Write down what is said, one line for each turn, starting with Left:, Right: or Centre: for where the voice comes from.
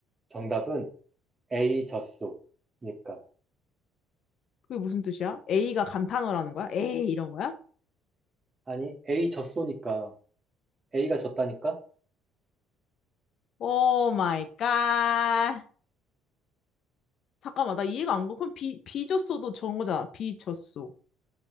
Right: 정답은 A 젖소니까.
Left: 그게 무슨 뜻이야? A가 감탄어라는 거야? 에이 이런 거야?
Right: 아니, A 졌소니까, A가 졌다니까?
Left: 오 마이 갓. 잠깐만, 나 이해가 안 가. 그럼 B, B 졌어도 전 거잖아. B 졌어.